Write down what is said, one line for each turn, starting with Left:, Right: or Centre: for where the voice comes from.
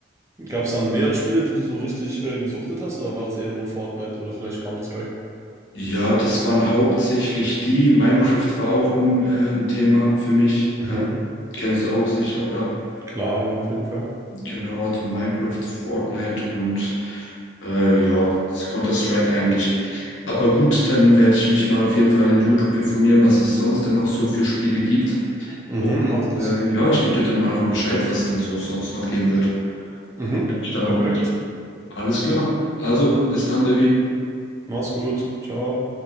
Right: gab es dann mehrere Spiele, die du so richtig äh, gesuchtet hast oder war das eher nur Fortnite oder vielleicht Counter-Strike?
Left: Ja, das waren hauptsächlich die. Minecraft war auch ein, äh, ein Thema für mich.
Right: Mhm,
Left: Äh, kennst du auch sicher, oder?
Right: klar, ja, auf jeden Fall.
Left: Genau, also Minecraft, Fortnite und äh, ja, Counter-Strike eigentlich. Aber gut, dann werde ich mich mal auf jeden Fall in YouTube informieren, was es sonst denn noch so für Spiele gibt.
Right: Mhm,
Left: Und,
Right: mach das.
Left: äh, ja, ich gebe dir dann mal Bescheid, was es denn so sonst noch geben wird.
Right: Mhm,
Left: Werd mich dann
Right: perfekt.
Left: auch berichten. Alles klar. Also, bis dann, Devi.
Right: Mach's gut. Ciao.